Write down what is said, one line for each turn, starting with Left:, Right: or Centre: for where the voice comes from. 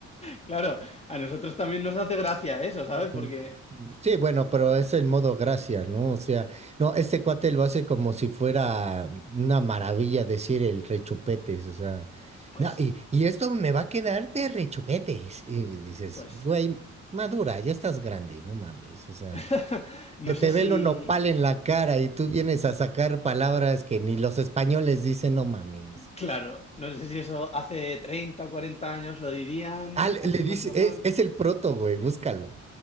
Left: Claro, a nosotros también nos hace gracia eso, ¿sabes?
Right: Mm,
Left: Porque,
Right: Sí, bueno, pero es el modo gracia, ¿no? O sea, no, este cuate lo hace como si fuera una maravilla decir el rechupetes, o sea,
Left: pues,
Right: no, y, y esto me va a quedar de rechupetes. Y dices,
Left: pues,
Right: güey, madura, ya estás grande, no mames, o sea,
Left: <laughs> no
Right: se
Left: sé
Right: te
Left: si,
Right: ve el nopal en la cara y tú vienes a sacar palabras que ni los españoles dicen, no mames.
Left: claro, no sé si eso hace 30, o 40 años lo dirían
Right: Ah, le le
Left: así
Right: dice,
Left: más normal.
Right: es, es el proto, güey, búscalo.